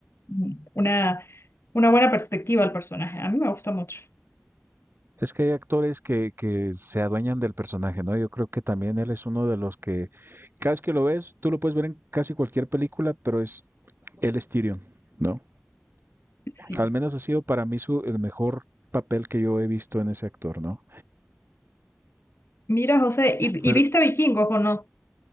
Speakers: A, on the left; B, on the right.
A: mm, una, una buena perspectiva al personaje. A mí me gusta mucho.
B: Es que hay actores que, que se adueñan del personaje, ¿no? Yo creo que también él es uno de los que, cada vez que lo ves, tú lo puedes ver en casi cualquier película, pero es, él es Tyrion, ¿no?
A: Sí.
B: Al menos ha sido para mí su, el mejor papel que yo he visto en ese actor, ¿no?
A: Mira, José, ¿y,
B: Pero
A: y viste Vikingos o no?